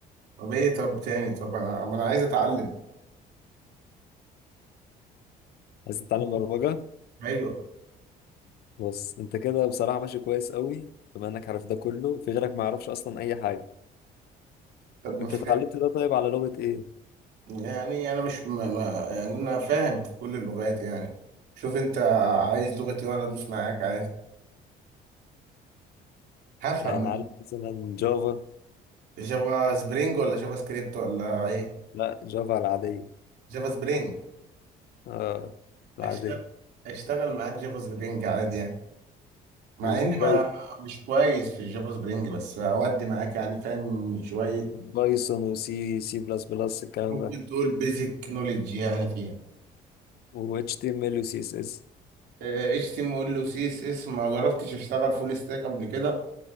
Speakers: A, on the right (about 75°); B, on the left (about 65°).
A: طب إيه طب تاني طب أنا ما أنا عايز أتعلم
B: عايز تتعلم برمجه
A: ايوه
B: بص انت كده بصراحه ماشي كويس قوي بما انك عارف ده كله في غيرك ما يعرفش اصلا اي حاجه
A: طب ما
B: انت
A: فا-
B: اتعلمت ده طيب على لغه ايه
A: يعني أنا مش ما ما يعني أنا فاهم في كل اللغات يعني شوف أنت عايز لغتي وأنا أدوس معاك عايز هفهم
B: يعني عارف مثلا جافا
A: جافا سبرينج ولا جافا سكريبت ولا إيه؟
B: لا جافا العاديه
A: جافا سبرينج
B: اه العاديه
A: أشتغل أشتغل معاك جافا سبرينج عادي يعني مع
B: وبايثون
A: إني ما مش كويس في الجافا سبرينج بس أودي معاك يعني فاهم شوية
B: بايثون وسي سي بلس بلس الكلام
A: ممكن
B: ده
A: تقول بيزك نوليدج يعني فيها
B: و HTML و CSS
A: اتش تي ام ال وسي اس اس ما جربتش اشتغل فول ستاك قبل كده